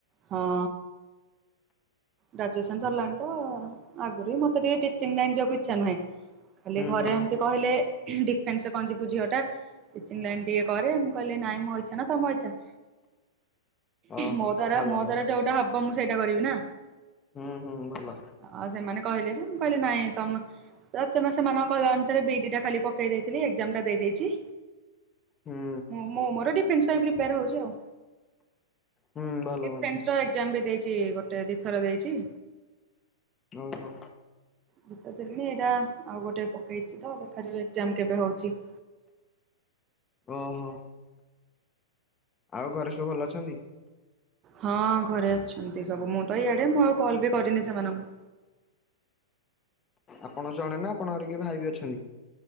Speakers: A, on the right; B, on the left.
A: ହଁ। ଗ୍ରାଜୁଏସନ୍
B: ହୁଁ
A: ସରିଲାଣି ତ ଆଗରୁ ବି ମତେ ଟିକେ ଟିଚିଂ ଲାଇନ୍ ଯିବାକୁ ଇଛା ନୁହେଁ ହେଲେ ଘରେ
B: ହୁଁ
A: ଏମିତି କହିଲେ ଡିଫେନ୍ସରେ କଣ ଯିବୁ ଝିଅ ଟା ଟିଚିଂ ଲାଇନ୍ ଟିକେ କରେ ମୁଁ କିହିଲ ନାଇଁ ମୋ ଇଚ୍ଛା ନା ତମ ଇଚ୍ଛା?
B: ଓହୋ
A: ମୋ ଦ୍ଵାରା
B: ଭଲ
A: ମୋ
B: ଭଲ।
A: ଦ୍ଵାରା ଯୋଉଟା ହବ ମୁଁ ସେଇଟା କରିବି ନା।
B: ହୁଁ ହୁଁ ଭଲ।
A: ଆଉ ସେମାନେ କହିଲେ ଯେ ମୁଁ କହିଲେ ନାଇଁ ତମ ତ ତମେ ସେମାନଙ୍କ କହିବା ଅନୁସାରେ ବିଇଡି ଟା ଖାଲି ପକେଇ ଦେଇଥିଲି ଏକ୍ସାମ ଟା ଦେଇଦେଇଛି।
B: ହୁଁ
A: ମୁଁ ମୁଁ ମୋର ଡିଫେନ୍ସ ପାଇଁ ପ୍ରିପେୟାର ହଉଛି ଆଉ
B: ହୁଁ ଭଲ
A: ଡିଫେନ୍ସ
B: ଭଲ
A: ର ଏକ୍ସାମ୍ ବି ଦେଇଛି ଗୋଟେ ଦିଥର ଦେଇଛି
B: ଓହୋ।
A: ଯେତ ଦେଲିଣି ଏଇଟା ଆଉ ଗୋଟେ ପକେଇଛି ତ ଦେଖାଯାଉ ଏକ୍ସଜାମ୍ କେବେ ହଉଛି?
B: ଓହୋ। ଆଉ ଘରେ ସବୁ ଭଲ ଅଛନ୍ତି?
A: ହଁ ଘରେ ଅଛନ୍ତି ସବୁ ମୁଁ ତ ଇଆଡେ ମୁଁ ଆଉ କଲ୍ ବି କରିନି ସେମାନଙ୍କୁ
B: ଆପଣ ଜଣେ ନା ଆପଣଙ୍କର କିଏ ଭାଇ ବି ଅଛନ୍ତି?